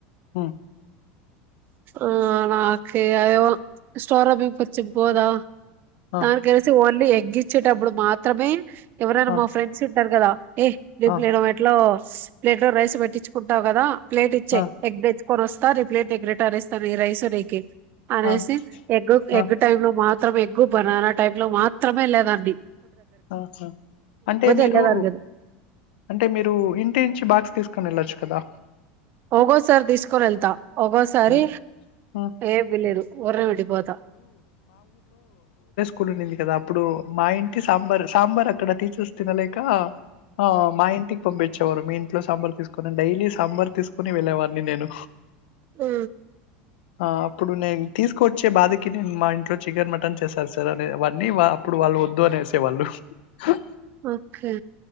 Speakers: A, on the left; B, on the right.
A: హు
B: ఆ నాకే అఎవో స్టోర బియ్యం కొచ్చి పోదా
A: ఆ,
B: తనీకేస్ ఓన్లీ ఎగ్గిచ్చేటప్పుడు మాత్రమే ఎవరైనా
A: ఆ,
B: మా ఫ్రెడ్స్ టార్ గదా ఏ రేప్
A: ఆ,
B: ఎట్లో స్ ప్లేట్ లో రైస్ పెట్టించుకుంటావు కదా ప్లేట్ ఇచ్చేయ్
A: ఆ,
B: ఎగ్ దే కొన్ వోస్తా రేప్ ప్లేట్ నిక్ రిటానీస్తా ఈ రైస్ నీకే అనేసి
A: ఆ,
B: ఎగ్
A: ఆ,
B: ఎగ్ టైం లో మాత్ త్రం ఎగ్గు బనానా టైం లో మాత్రమే వెళ్లే దాన్ని
A: ఆహా అంటే మీరు
B: వెళ్ళేదాన్ని కదా
A: అంటే మీరు ఇంటి నించి బాక్స్ తీసుకొని వెళ్ళచ్చు కదా.
B: ఒగోసారి తీసుకొని వెళ్తా. ఒగోసారి
A: ఉమ్, ఉమ్.
B: ఏమీలేదు ఊర్నే వెళ్ళిపోతా
A: కూడి ఉండింది. కదా అప్పుడు మా ఇం సాంబరు సాంబార్ అక్కడ తీచూస్తూ తినలేక ఆ మా ఇంటికి పంపే చివరు మీ ఇంట్లో సాంబార్ తీసుకొని డైలీ సాంబార్ తీసుకొని వెళ్ళేవాడిని నేను
B: ఆ
A: ఆ అప్పుడు నేను తీసుకువచ్చే బాధకి నేను మా ఇంట్లో చికెన్ మటన్ చేసారు. సార్ అనేవన్నీ అప్పుడు వాళ్ళు వద్దు అనేసి హే వాళ్ళు హు
B: ఓకే